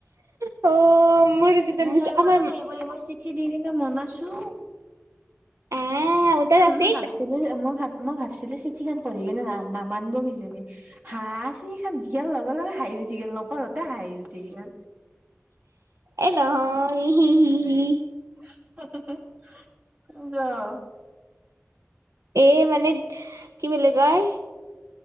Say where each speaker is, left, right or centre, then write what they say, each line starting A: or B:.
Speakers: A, on the right; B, on the right.
A: অ' মোৰ তেতিয়া বেছি
B: ভাবিব,
A: আমাৰ
B: ভাবিব <unintelligible> মই চিঠি দি কিনে মনাছো
A: আহ মোৰ তাত আছে
B: ম‌ ভাবচিলো, মই ভাব মই ভাবছিলোঁ চিঠিখন পঢ়ি কিনে না-নামানিব কিজানী। হা, চিঠি খান দিয়াৰ লগে, লগে হাঁহি উঠি গ'ল নপঢ়োতে হাঁহি উঠি গ'ল
A: এই নহয় <unintelligible>
B: <unintelligible>
A: এ, মানে কি বুলি কয়,